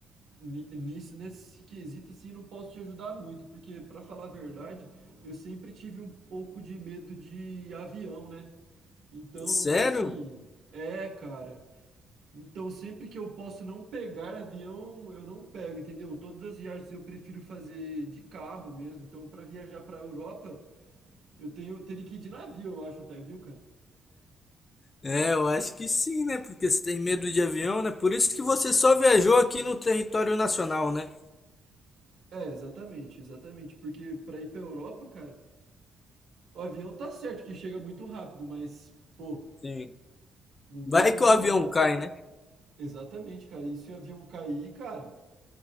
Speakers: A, on the right; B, on the left.
A: ni- nisso, nesse quesito assim, não posso te ajudar muito, porque pra falar a verdade, eu sempre tive um pouco de medo de avião, né? Então,
B: Sério?
A: assim, é, cara. Então, sempre que eu posso não pegar avião, eu não pego, entendeu? Todas as viagens eu prefiro fazer de carro mesmo. Então, para viajar para Europa, eu tenho teria que ir de navio, eu acho até, viu, cara?
B: É, eu acho que sim, né? Porque você tem medo de avião, né? Por isso que você só viajou aqui no território nacional, né?
A: É, exatamente, exatamente. Porque para ir para Europa, cara, o avião tá certo que chega muito rápido, mas pô,
B: Sim.
A: não tem
B: Vai
A: como
B: que o avião
A: não, velho.
B: cai, né?
A: Exatamente, cara. E se o avião cair, cara,